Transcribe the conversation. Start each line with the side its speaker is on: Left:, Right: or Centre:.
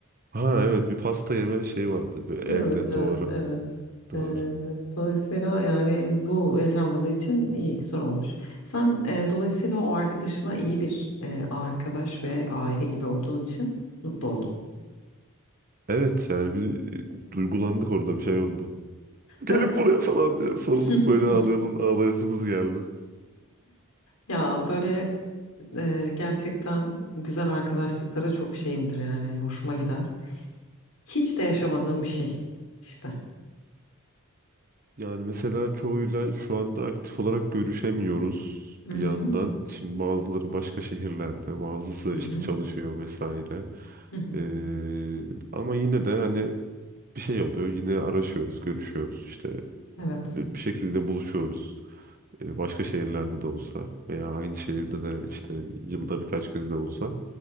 Right: Ha evet bir pasta yeme şeyi vardı bir evde
Left: Evet, evet,
Right: doğru.
Left: evet.
Right: Doğru.
Left: Ee, dolayısıyla yani bu yaşanmadığı için iyi, güzel olmuş. Sen e, dolayısıyla o arkadaşına iyi bir e, arkadaş ve aile gibi olduğun için mutlu oldun.
Right: Evet yani bir e, duygulandık orada bir şey oldu. Gelin
Left: Evet.
Right: buraya falan diye sarılıp
Left: <laughs>
Right: böyle ağlayalım ağlayasımız geldi.
Left: Ya böyle e, gerçekten güzel arkadaşlıklara çok şeyimdir yani hoşuma gider. Hiç de yaşamadığım bir şey işte.
Right: Yani mesela çoğuyla şu anda aktif olarak görüşemiyoruz
Left: Hı hı.
Right: bir yandan. Şimdi bazıları başka şehirlerde, bazısı
Left: Hı
Right: işte
Left: hı.
Right: çalışıyor vesaire.
Left: Hı hı.
Right: Ee, ama yine de hani bir şey oluyor. Yine araşıyoruz, görüşüyoruz. İşte
Left: Evet.
Right: bir şekilde buluşuyoruz. Ee, başka şehirlerde de olsa veya aynı şehirde de işte yılda birkaç kez de olsa